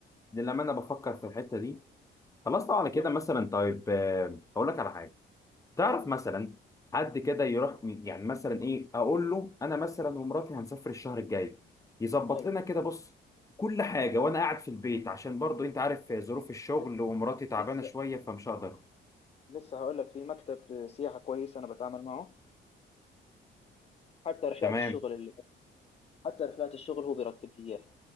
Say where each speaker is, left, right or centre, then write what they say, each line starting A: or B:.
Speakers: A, on the left; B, on the left.
A: لما انا بفكر في الحته دي خلاص طبعا كده
B: شوف
A: مثلا
B: إيه-
A: طيب آه، اقول لك على حاجه تعرف
B: يلا
A: مثلا حد كده يروح يعني مثلا ايه اقول له انا مثلا ومراتي هنسافر الشهر الجاي يظبط
B: حلو
A: لنا كده بص كل حاجه وانا قاعد في البيت عشان برضو انت عارف ظروف الشغل
B: لسه
A: ومراتي تعبانه
B: لسه
A: شويه فمش هقدر
B: لسه هقول لك في مكتب سياحه كويس انا بتعامل معه حتى رحلات
A: تمام
B: الشغل اللي حتى رحلات الشغل هو بيرتب لي اياها